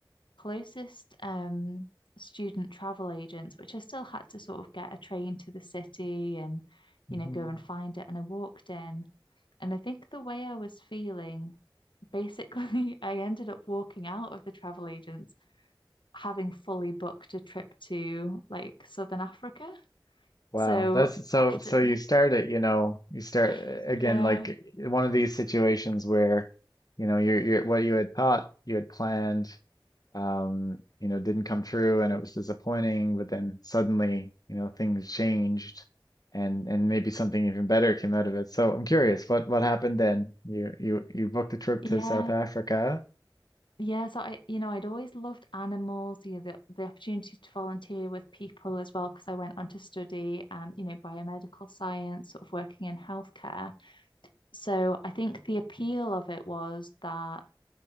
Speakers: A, on the left; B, on the left.
A: closest um, student travel agents, which I still had to sort of get a train to the city and, you
B: Mm-hmm.
A: know, go and find it. And I walked in, and I think the way I was feeling, basically, <laughs> I ended up walking out of the travel agents having fully booked a trip to like Southern Africa.
B: Wow,
A: So
B: that's so
A: after,
B: so you start it, you know, you start
A: <laughs>
B: again
A: yeah,
B: like one of these situations where, you know, you're, you're what you had thought you had planned, um, you know, didn't come true and it was disappointing, but then suddenly, you know, things changed and and maybe something even better came out of it. So I'm curious, what what happened then? You you you booked a trip
A: <laughs>
B: to
A: yeah.
B: South Africa,
A: Yeah, so I, you know, I'd always loved animals, you know, the, the opportunity to volunteer with people as well, because I went on to study, um, you know, biomedical science, sort of working in healthcare. So I think the appeal of it was that